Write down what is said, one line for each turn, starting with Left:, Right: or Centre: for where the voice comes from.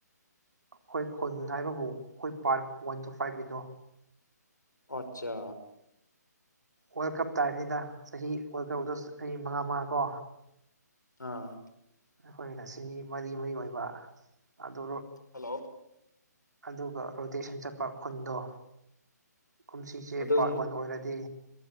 Right: ꯑꯩꯈꯣꯏ ꯈꯨꯟ ꯍꯥꯏꯕꯕꯨ ꯑꯩꯈꯣꯏ ꯄꯥꯔꯛ ꯋꯥꯟ ꯇꯨ ꯐꯥꯏꯚꯀꯤꯗꯣ
Left: ꯑꯆꯥ
Right: ꯋꯥꯔꯜ ꯀꯞꯇ <unintelligible> ꯆꯍꯤ ꯋꯥꯔꯜ ꯀꯞꯗꯣ ꯆꯍꯤ ꯃꯉꯥ ꯃꯉꯥ ꯀꯣ
Left: ꯑꯥ
Right: ꯑꯩꯈꯣꯏꯅ ꯁꯤꯅꯤ ꯃꯔꯤ ꯃꯔꯤ ꯑꯣꯏꯕ ꯑꯗꯨ
Left: ꯍꯜꯂꯣ
Right: ꯑꯗꯨꯒ ꯔꯣꯇꯦꯁꯟ ꯆꯠ ꯈꯨꯟꯗꯣ ꯀꯨꯝꯁꯤꯁꯦ
Left: ꯑꯗꯨꯝ
Right: ꯄꯥꯔꯠ ꯋꯥꯟ ꯑꯣꯏꯔꯗꯤ